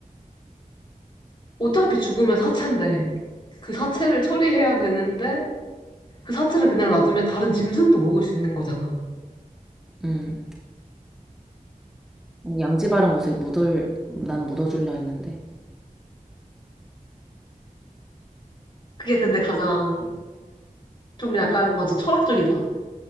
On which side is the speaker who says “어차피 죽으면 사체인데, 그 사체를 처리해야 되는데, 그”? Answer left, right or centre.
Left